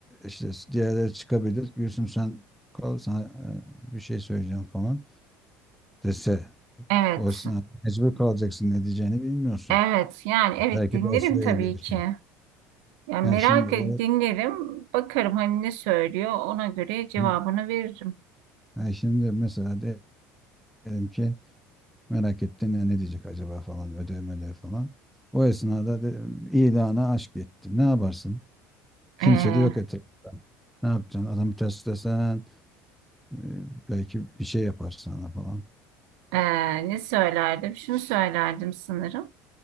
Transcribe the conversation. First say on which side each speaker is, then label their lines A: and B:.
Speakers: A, in the centre; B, on the right.
A: işte diğerleri çıkabilir Gülsüm sen kal sana e, bir şey söyleyeceğim falan dese
B: Evet,
A: o sen mecbur kalacaksın ne diyeceğini bilmiyorsun.
B: evet. Yani evet
A: Belki
B: dinlerim
A: dersle
B: tabii
A: ilgili bir
B: ki.
A: şey.
B: Yani
A: Ha
B: merak
A: şimdi o
B: ed- dinlerim, bakarım hani ne söylüyor, ona göre cevabını
A: Hı.
B: veririm.
A: ha şimdi mesela diyelim ki merak ettin ya ne diyecek acaba falan ödev ödev falan. O esnada de, ilana aşk etti. Ne yaparsın? Kimse
B: Ee,
A: de yok etrafta. Ne yapacaksın? Adamı test desen e, belki bir şey yapar sana falan.
B: ee, ne söylerdim? Şunu söylerdim sanırım.